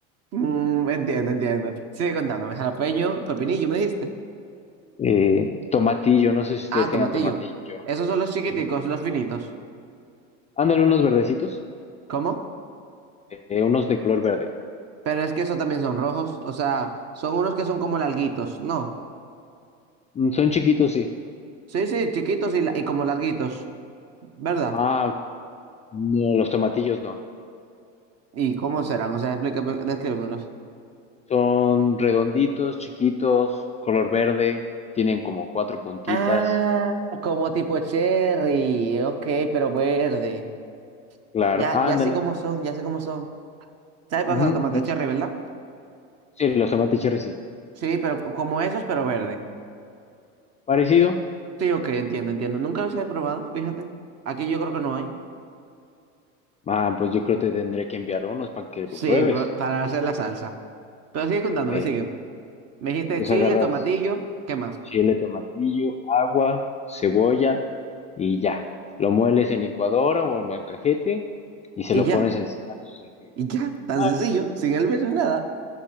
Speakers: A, on the right; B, on the left.
A: Mm, entiendo, entiendo. Sigue contándome. Jalapeño, pepinillo, me dijiste.
B: Eh, tomatillo, no sé si ustedes
A: Ah,
B: tengan
A: tomatillo.
B: tomatillo.
A: Esos son los chiquiticos,
B: Ujú.
A: los finitos.
B: Ándale, unos verdecitos,
A: ¿Cómo?
B: eh, unos de color verde.
A: Pero es que esos también son rojos, o sea, son unos que son como larguitos, ¿no?
B: Mm, Son chiquitos, sí.
A: Sí, sí, chiquitos y, la- y como larguitos, ¿verdad?
B: Ah, ok. no, los tomatillos no.
A: ¿Y cómo serán? O sea, explícame, descríbemelos.
B: Son redonditos, chiquitos, color verde, tienen como cuatro puntitas.
A: Ah, como tipo cherry, ok, pero verde.
B: Claro,
A: Ya,
B: ándale.
A: ya sé cómo son, ya sé cómo son. ¿Sabes cuáles
B: Ujú,
A: son los tomates
B: eh,
A: cherry, verdad?
B: Sí, los tomates cherry, sí.
A: Sí, pero co- como esos, pero verde.
B: Parecido.
A: Sí, ok, entiendo, entiendo. Nunca los he probado, fíjate. Aquí yo creo que no hay.
B: Ah, pues yo creo que te tendría que enviar unos para que
A: Sí,
B: lo pruebes.
A: pa- para hacer la salsa. Pero sigue contándome,
B: Sí.
A: sigue. Me dijiste
B: Entonces
A: chile,
B: agarras.
A: tomatillo, ¿qué más?
B: chile, tomatillo, agua, cebolla y ya. Lo mueles en licuadora o en molcajete y se
A: Y
B: lo
A: ya,
B: pones encima a tus tortillas.
A: y ya, tan
B: Ah,
A: sencillo, sin el bien ni nada.